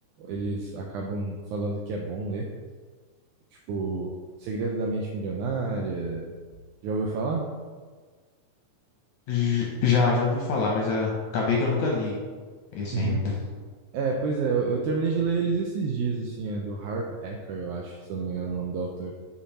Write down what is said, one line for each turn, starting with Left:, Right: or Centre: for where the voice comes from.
Right: eles acabam falando que é bom ler, tipo Segredo da Mente Milionária. Já ouviu falar?
Left: J- Já, já ouvi falar, mas ah, acabei que eu nunca li esse
Right: Uhum.
Left: ainda.
Right: É, pois é, eu, eu terminei de ler eles esses dias, assim, é do Harv Eker, eu acho, se eu não me engano, é o nome do autor.